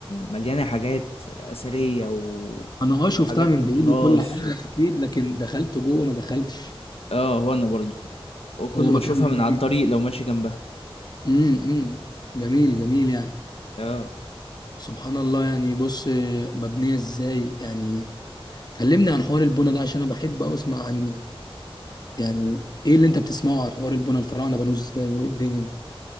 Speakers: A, on the left; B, on the left.
A: مليانة حاجات أثرية و...
B: انا اه شفتها
A: وحاجات
B: من
A: من التراث
B: بعيد وكل حاجه
A: و...
B: اكيد لكن دخلت جوه ما دخلتش
A: اه هو انا برضو وكله
B: هو مكان
A: بشوفها
B: جميل
A: من على الطريق لو ماشي جنبها
B: امم إمم. جميل جميل يعني
A: اه
B: سبحان الله يعني بص آه، مبنيه ازاي يعني كلمني عن حوار البنا ده عشان انا بحب أوي اسمع عنه يعني ايه اللي انت بتسمعه عن حوار البنا الفراعنه بنوه ازاي وايه الدنيا دي؟